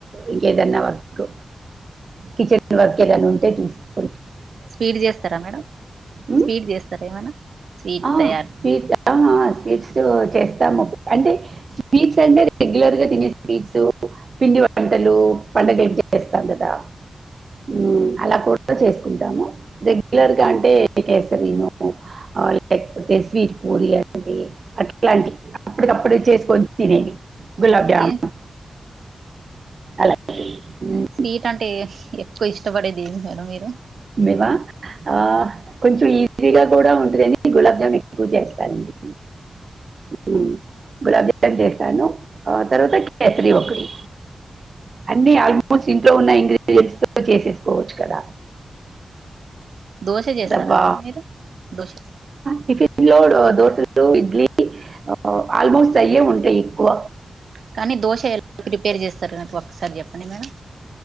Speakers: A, on the right; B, on the right.
A: ఇంకేదన్నా వర్క్ కిచెన్ వర్క్ ఏదైనా ఉంటే చూసుకోన్
B: స్వీట్ చేస్తారా మేడం
A: ఉమ్,
B: స్వీట్ చేస్తారా ఏమైనా స్వీట్
A: ఆ,
B: తయారు
A: స్వీట్ ఆ స్వీట్స్ స్ చేస్తాము అంటే స్వీట్స్ అంటే రెగ్యులర్ గా తినే స్వీట్సు పిండి వంటలు పండగలకి చేస్తాం కదా మ్మ్ అలా కూడా చేసుకుంటాము రెగ్యులర్ గా అంటే ఏ కేసరీనో ఆ లేకపోతే స్వీట్ పూరి అంటే అట్లాంటివి అప్పటికప్పుడు చేసుకొని తినేవి గులాబ్జాము
B: ఏం
A: అలా మ్,
B: స్వీట్ అంటే ఎక్కువ ఇష్టపడేది మేడం మీరు
A: మేమ ఆ కొంచెం ఈ గా కూడా ఉంటదని గులాబ్ జామున్ ఎక్కువ చేస్తానండి హుమ్ గులాబ్ జామన్ చేస్తాను తరువాత కేసరి ఒకటీ అన్ని ఆల్మోస్ట్ ఇంట్లో ఉన్న ఇంగ్రీడియంట్స్ తోటి చేసేసుకోవచ్చు కదా
B: దోశ చేస్తారా
A: రవ్వ
B: మేడం మీరు దోశ
A: టిఫిన్ దోశలు ఇడ్లీ ఆ ఆల్మోస్ట్ అయ్యే ఉంటాయి ఎక్కువ
B: కానీ దోశ ఎలా ప్రిపేర్ చేస్తారు నాకు ఒకసారి చెప్పండి మేడం